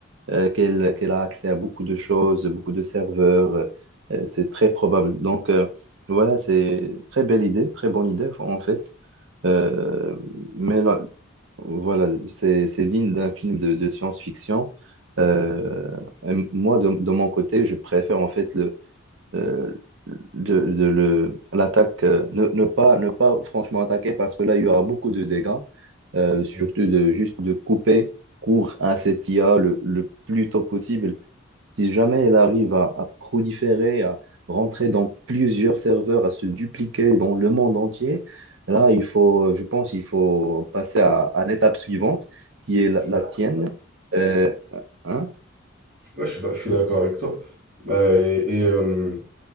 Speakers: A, on the right; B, on the right.
A: euh, qu'elle, qu'elle a accès à beaucoup de choses, beaucoup de serveurs. euh, euh, c'est très probable. Donc, euh, voilà, c'est très belle idée, très bonne idée, en fait. Euh, mais là, voilà, c'est, c'est digne d'un film de, de science-fiction. Euh, et moi, de, de mon côté, je préfère, en fait, euh, de, de le, l'attaque, euh, ne, ne pas, ne pas franchement attaquer parce que là, il y aura beaucoup de dégâts, euh, surtout
B: Mm.
A: de juste de couper court à cette IA le, le plus tôt possible. Si jamais elle arrive à, à proliférer, à rentrer dans plusieurs serveurs, à se dupliquer dans le monde entier, là, il faut, je pense, il faut passer à, à l'étape suivante qui est la,
B: Je suis
A: la
B: d'accord
A: tienne. Euh, hein
B: Ouais, je suis d'ac- je suis d'accord avec toi. Bah, et et, euh,